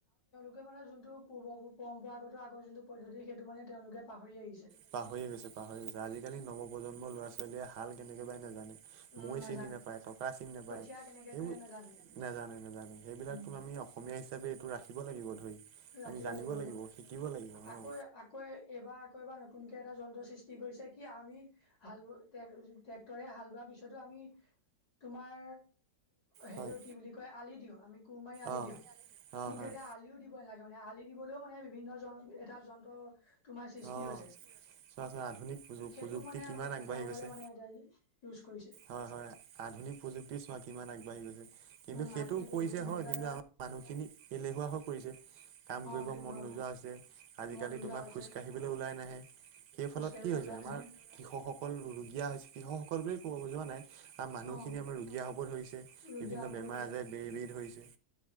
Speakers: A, on the left; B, on the right.
A: কি মানে যোনটো পূৰ্ব-পৰম্পৰাগত আগৰ যোনটো পদ্ধতি সেইটো মানে তেওঁলোকে পাহৰি আহিছ।
B: পাহৰিয়ে গৈছে পাহৰি গৈছে। আজিকালি নৱ-প্ৰজন্মৰ ল'ৰা-ছোৱালীয়ে হাল কেনেকে বাই নেজানে।
A: উম
B: মৈ
A: নাজানে
B: চিনি নেপায় টকা চিনি নেপায়
A: কঠীয়া
B: এইবোৰ
A: কেনেকে তোলে নাজানে
B: নেজানো নেজানো, সেইবিলাক
A: উম।
B: তো আমি অসমীয়া হিচাপে এইটো ৰাখিব লাগিব ধৰি।
A: ৰাখিব
B: আমি জানিব
A: লাগিবতো
B: লাগিব শিকিব লাগিব
A: আকৌ
B: অ
A: আকৌ এবাৰ আকৌ এবাৰ - নতুনকে এটা যন্ত্ৰ সৃষ্টি কৰিছে। কি আমি হাল বোৱা ট্ৰেক্টৰে হাল বোৱাৰ পিছতো আমি। তোমাৰ। সেইটো
B: হয়
A: কি বুলি কয় আলি দিওঁ আমি কুৰ মাৰি আলি
B: অ
A: দিওঁ
B: অ
A: কিন্তু
B: হয়
A: এতিয়া আলিও দিব নেলাগে। মানে আলি দিবলৈও মানে বিভিন্ন এটা যন্ত্ৰ তোমাৰ সৃষ্টি
B: অ
A: হৈছে।
B: চোৱাচোন আধুনিক
A: সেইটোও
B: প্ৰযুক্তি
A: মানে
B: কিমান
A: কৃষক
B: আগবাঢ়ি
A: সকলে
B: গৈছে
A: মানে এতিয়া ইউজ কৰিছে।
B: হয় হয়। আধুনিক প্ৰযুক্তিৰ চোৱা কিমান আগবাঢ়ি গৈছে। কিন্তু
A: উম,
B: সেইটো
A: আধুনিক প্ৰযুক্তিবিদ্যাৰ
B: কৰিছে হয় কিন্তু
A: দ্বাৰা
B: আমাৰ মানুহখিনি এলেহুৱা হৈ পৰিছে। কাম
A: অ',
B: কৰিব
A: কেনেকুৱা
B: মন নোযোৱা হৈছে আজিকালি।
A: মন নোযোৱা
B: তোমাক
A: হৈছে
B: খোজ কাঢ়িবলৈ ওলাই নাহে। সেই
A: খোজ
B: ফলত
A: কাঢ়িবলৈ
B: কি হৈছে।
A: ওলাই
B: আমাৰ
A: নাহে
B: কৃষকসকল ৰোগীয়া হৈছেহ কৃষকসকল বুলিয়ে ক'ব বুজোৱা নাই। আৰু মানুহখিনি
A: অ',
B: আমাৰ ৰোগীয়া হ'ব ধৰিছে।
A: ৰুগীয়া
B: বিভিন্ন
A: হ'ব
B: বেমাৰ
A: ধৰিছে
B: আজাৰে বেৰি বেৰি ধৰিছে।